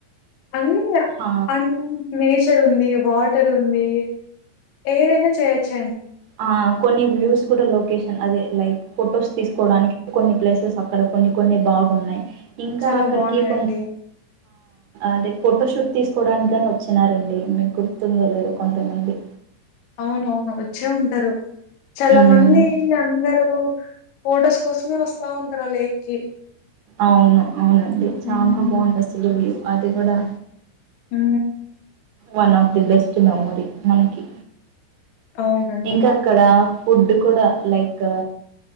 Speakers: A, on the left; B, on the right.
A: అన్న
B: ఆ
A: అ నేచర్ ఉంది వాటర్ ఉంది ఏదైనా చేయొచ్చు
B: ఆ కొన్ని వ్యూస్ కూడా లొకేషన్ అదే లైక్ ఫొటోస్ తీసుకోవడానికి కొన్ని ప్లేసెస్ అక్కడ కొన్ని కొన్ని బాగు ఉన్నాయి ఇంకా
A: చాలా
B: అక్కడికి
A: బాగున్నాయండి
B: కొం అదే ఫోటోషూట్ తీసుకోవడానికి కాని వచ్చినారండి మీకు గుర్తుందో లేదా కొంతమంది
A: అవున అవును వచ్చే ఉంటారు చాలా
B: ఉమ్
A: మంది అందరూ ఫొటోస్ కోసమే వస్తా ఉంటారా లేక్ కి
B: అవును అవునండి చాల
A: హ్మ్
B: బాగుంది అసలువి అది కూడా
A: హ
B: one of the best memory మనకి
A: అవునండి.
B: ఇంకా అక్కడ ఫుడ్ కూడా లైక్